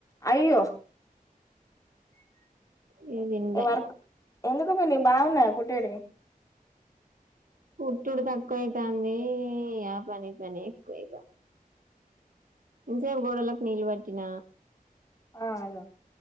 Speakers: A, on the left; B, on the right.
A: అయ్యో
B: ఇగ తినలే
A: ఏ వర్క్ ఎందుకు పిన్ని బావున్నాయి కుట్టేటివి
B: కుట్టుడు తక్కువ అయితాందీ ఆ పని ఈ పని ఎక్కువ అయితాంది. ఇసక <unintelligible> గోడలకు నీళ్ళు పట్టిన
A: ఆ అదా